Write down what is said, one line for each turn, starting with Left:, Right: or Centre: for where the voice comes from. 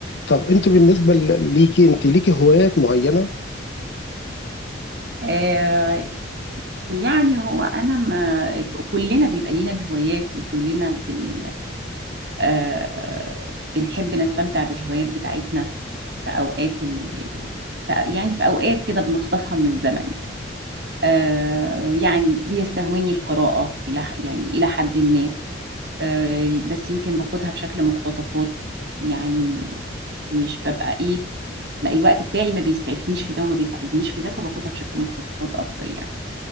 Left: طب انتوا بالنسبه ل- ليكي انت ليكي هوايات معينه
Right: آه يعني هو أنا ما كلنا بيبقى لينا الهوايات وكلنا بن... آه بنحب نستمتع بالهوايات بتاعتنا في أوقات ال... في... يعني في أوقات كده بنخطفها من الزمن آه يعني بيستهويني القراءة إلى ح- يعني إلى حد ما آه بس يمكن باخدها بشكل مقتطفات يعني مش ببقى إيه ما الوقت بتاعي ما بيسعفنيش في ده وما بيساعدنيش في ده فباخدها بشكل مقتطفات أكتر يعني